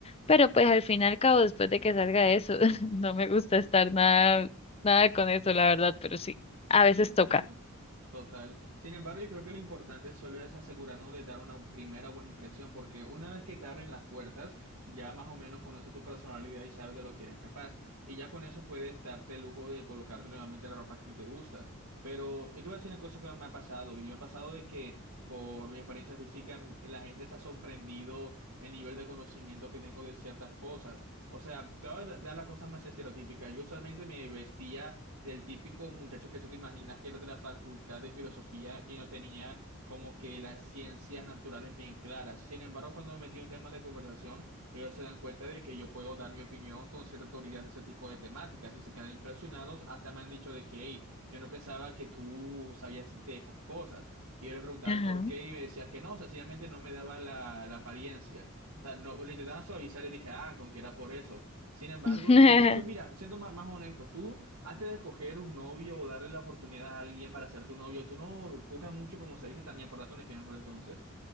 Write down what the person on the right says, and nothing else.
Te Entiendo.
Total. Sin embargo, yo creo que lo importante solo es asegurarnos de dar una primera buena impresión, porque una vez que te abren las puertas, ya más o menos conoces tu personalidad y sabes de lo que eres capaz. Y ya con eso puedes darte el lujo de colocarte nuevamente la ropa que a ti te gusta. Pero yo te voy a decir una cosa que me ha pasado, y me ha pasado de que por mi apariencia física, mm, la gente se ha sorprendido el nivel de conocimiento que tengo de ciertas cosas. O sea, te voy a dar las cosas más estereotípicas. Yo usualmente me vestía del típico muchacho que tú te imaginas que era de la facultad de filosofía y no tenía como que las ciencias naturales bien claras. Sin embargo, cuando me metí en temas de conversación, ellos se dan cuenta de que yo puedo dar mi opinión con cierta autoridad de ese tipo de temáticas y se quedan impresionados. Hasta me han dicho de que, hey, yo no pensaba que tú sabías de estas cosas. Y yo le preguntaba
el por qué y me decías que no, sencillamente no me dabas la, la apariencia. O sea, no, lo intentaban suavizar y dije, ah, con que era por eso. Sin embargo,
incluso, mira, siendo más, más honesto, tú antes de escoger un novio o darle la oportunidad a alguien para ser tu novio, tú no buscas mucho, como se dice también, para darte un ejemplo, entonces.